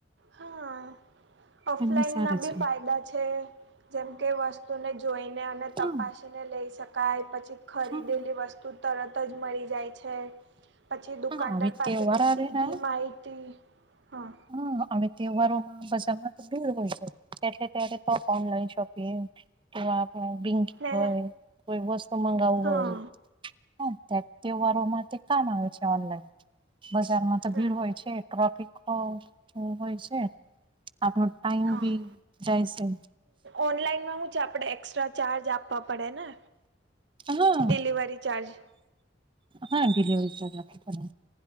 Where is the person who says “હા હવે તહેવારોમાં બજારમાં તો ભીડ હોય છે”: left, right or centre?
Right